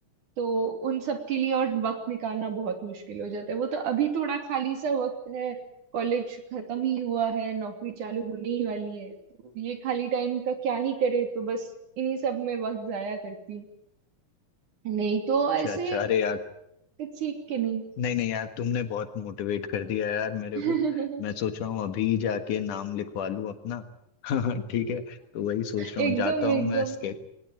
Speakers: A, on the right (about 75°); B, on the left (about 80°).
A: तो उन सब के लिए और वक्त निकालना बहुत मुश्किल हो जाता है वो तो अभी थोड़ा खाली सा वक्त है कॉलेज खत्म ही हुआ है नौकरी चालू होने ही वाली है तो ये खाली टाइम का क्या ही करे तो बस इन्हीं सब में वक्त जाया करती हूँ नहीं तो
B: अच्छा
A: ऐसे
B: अच्छा अरे यार
A: कुछ सीख के नहीं
B: नहीं नहीं यार तुमने बहुत मोटिवेट कर दिया यार मेरे
A: <laughs>
B: को मैं सोच रहा हूँ अभी जाके नाम लिखवा लूँ अपना <laughs> ठीक है तो वही सोच रहा
A: एकदम
B: हूँ जाता हूँ
A: एकदम
B: मैं स्केच